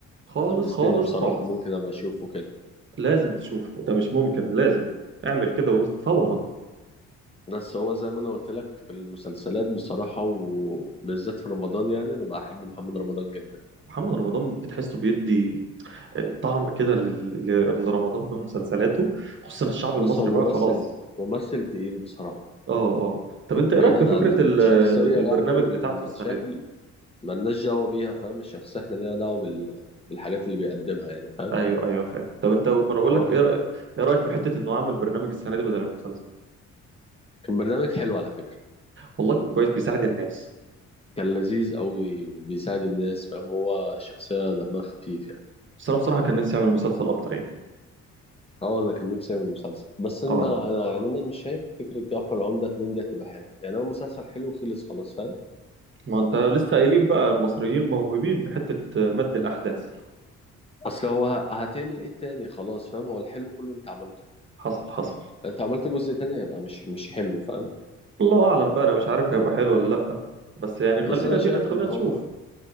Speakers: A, on the right (about 40°); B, on the left (about 20°).
A: خالص
B: حمستني
A: خالص
B: بصراحة
A: خالص
B: ممكن ابقى اشوفه كده
A: لازم تشوفه ده مش ممكن لازم اعمل كده وز- فورا
B: بس هو زي ما انا قلت لك في المسلسلات بصراحة وبالذات في رمضان يعني انا بحب محمد رمضان جدا
A: محمد رمضان بتحسه بيدي طعم كده لل- لل- لرمضان بمسلسلاته خصوصا الشعب
B: بص
A: المصري
B: هو ممثل
A: بقى خلاص
B: ممثل تقيل بصراحة
A: اه اه طب انت ايه
B: بعيدا
A: رايك في فكره
B: عن الشخصية
A: ال- ال- البرنامج
B: يعني والمشاكل
A: بتاعته السنه دي
B: ملناش دعوة بيها فاهم الشخصية احنا لينا دعوة بال... بالحاجات اللي بيقدمها يعني فاهم
A: ايوه ايوه فاهم طب انت ما انا بقول
B: هو
A: لك ايه رأي- ايه رايك في حته انه عمل برنامج السنه دي بدل المسلسل
B: كان برنامج حلو على فكرة
A: والله كان كويس بيساعد الناس
B: كان لذيذ قوي وبيساعد الناس فاهم هو شخصية دمها خفيف يعني
A: بس انا بصراحه كان نفسي اعمل مسلسل اكتر يعني
B: اه انا كان نفسي اعمل مسلسل بس انت
A: اه
B: انا يعني انا مش شايف فكره جعفر عمده اتنين دي هتبقى حلوه يعني هو مسلسل حلو خلص خلاص فاهم
A: ما انت لسه قايلين بقى المصريين موهوبين في حته مد الاحداث
B: اصل هو ه- هتعمل ايه تاني خلاص فاهم هو الحلو كله انت عملته
A: حصل حصل
B: انت عملت جزء تاني هيبقى مش مش حلو فاهم
A: الله اعلم بقى انا مش عارف هيبقى حلو ولا لا بس يعني خلينا
B: بس انا
A: دينا
B: شايف
A: خلينا
B: ان
A: نشوف
B: هو